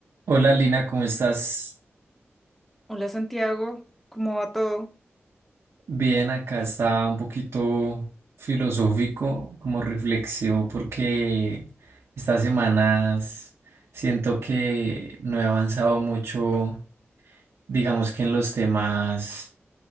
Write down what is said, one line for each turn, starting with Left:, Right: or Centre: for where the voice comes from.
Right: Hola Lina, ¿cómo estás?
Centre: Hola Santiago, ¿cómo va todo?
Right: Bien, acá está un poquito filosófico, como reflexivo, porque estas semanas siento que no he avanzado mucho, digamos que en los temas